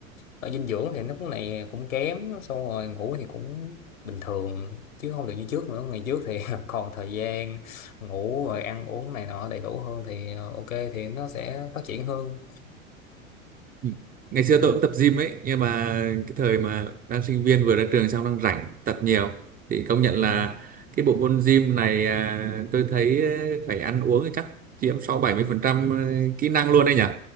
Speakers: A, on the left (about 70°); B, on the right (about 20°).
A: ở dinh dưỡng thì nó cũng này cũng kém xong rồi ngủ thì cũng bình thường chứ không được như trước nữa ngày trước thì <laughs> còn thời gian ngủ rồi ăn uống này nọ đầy đủ hơn thì ờ, ok thì nó sẽ phát triển hơn
B: Ừ. Ngày xưa tôi cũng tập gym ấy, nhưng mà cái thời mà đang sinh viên vừa ra trường xong đang rảnh tập nhiều thì công nhận
A: Ừ.
B: là cái bộ môn gym này à, tôi thấy ờ, phải ăn uống thì chắc chiếm sáu bảy mươi phần trăm à, kỹ năng luôn đấy nhỉ.